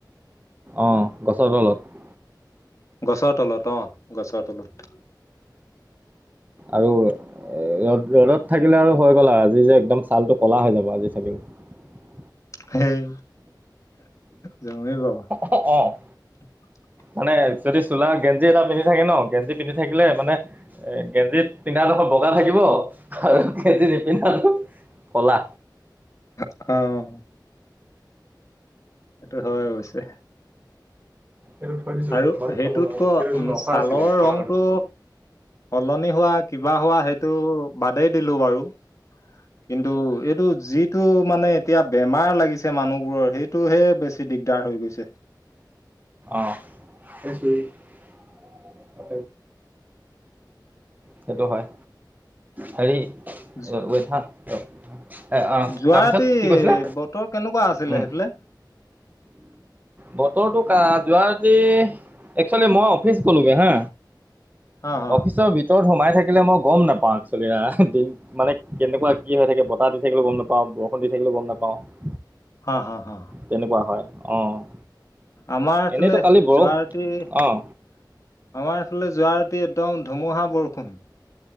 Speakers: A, on the right; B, on the left.
A: অঁ গছৰ তলত
B: গছৰ তলত অ গছৰ তলত
A: আৰু এ ৰ'দ ৰ'দত থাকিলে আৰু হৈ গ'ল আজি যে একদম ছালটো ক'লা হৈ যাব আজি থাকিলে <unintelligible>
B: সেই জমেই বাৰু
A: অ
B: <inaudible>
A: মানে যদি চোলা গেঞ্জি এটা পিন্ধি থাকে ন গেঞ্জি পিন্ধি থাকিলে মানে এ গেঞ্জি পিন্ধা <unintelligible> বগা থাকিব আৰু খেতি নিপিন্ধাটো ক'লা
B: অ সেইটো হয় অৱশ্যে
A: এটো থৈ দিছো
B: আৰু
A: ইমান বোৰ
B: সেইটোতকৈ
A: খাব নোৱাৰো এইবোৰ
B: উম,
A: অফাৰ
B: ছালৰ
A: আছিলে
B: ৰংটো
A: দিছ
B: সলনি হোৱা কিবা হোৱা সেইটো বাদেই দিলো বাৰু কিন্তু এইটো যিটো মানে এতিয়া বেমাৰ লাগিছে মানুহবোৰৰ সেইটোহে বেছি দিগদাৰ হৈ গৈছে
A: <inaudible> সেইটো হয় হেৰি
B: যো-
A: অ ঠান অ <unintelligible> এ অহ
B: যোৱা
A: তাৰপিছত
B: ৰাতি
A: কি কৈছিলা
B: বতৰ কেনেকুৱা আছিলে
A: উম
B: সেইফালে?
A: বতৰটো যোৱা ৰাটি একচুৱেলি মই অফিচ গলোগে হা
B: হা হা
A: অফিচৰ ভিতৰত সোমাই থাকে থাকিলে মই গম নাপাওঁ একচলি মানে কেনেকুৱা কি হৈ থাকে বতাহ দি থাকিলো গম নাপাওঁ বৰষুণ দি থাকিলো <unintelligible> গম নাপাওঁ
B: হা হা হা
A: তেনেকুৱা হয় অঁ
B: আমাৰ এইফালে
A: এনেইতো কালি বৰষুণ
B: যোৱাৰাতি আমাৰ
A: অঁ
B: এইফালে যোৱাৰাতি <unintelligible> ৰাতি একদম ধুমুহা বৰষুণ